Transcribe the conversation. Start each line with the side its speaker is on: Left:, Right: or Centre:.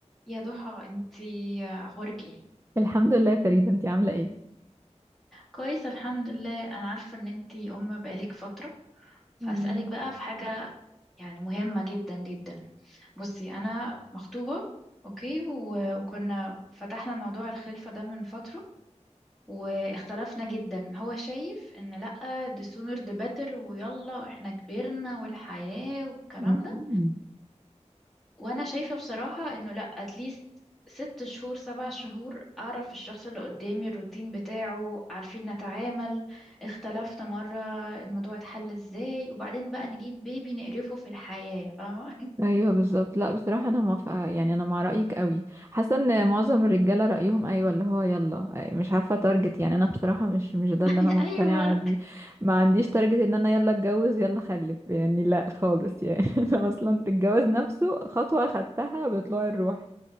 Centre: يا ضحى انتي اخبارك ايه
Right: الحمد لله يا فريدة انتي عاملة ايه
Centre: كويس الحمد لله انا عارفه ان انتي ام بقالك فتره فاسالك
Right: <laughs>
Centre: بقى في حاجه يعني مهمه جدا جدا بصي انا مخطوبه اوكي و- وكنا فتحنا موضوع الخلفه ده من فتره واختلفنا جدا هو شايف ان لأ the sooner the better ويلا احنا كبرنا والحياه والكلام
Right: مم.
Centre: ده وانا شايفة بصراحة انه لا اتليست ست شهور سبع شهور اعرف الشخص اللي قدامي الروتين بتاعه عارفين نتعامل اختلفنا مرة الموضوع اتحل ازاي وبعدين بقى نجيب بيبي نقرفه في الحياة فاهمة
Right: ايوه بالظبط لا بصراحة انا موافقة يعني انا مع رأيك قوي حاسة ان معظم الرجالة رأيهم ايوه اللي هو يلا مش عارفة تارجت يعني انا بصراحة مش مش ده
Centre: <laughs>
Right: اللي انا مقتنعة
Centre: ايوه
Right: بيه ما عنديش تارجت ان انا يلا اتجوز يلا خلف يعني لا خالص يعني <laughs> انا اصلا الجواز نفسه خطوة خدتها بطلوع الروح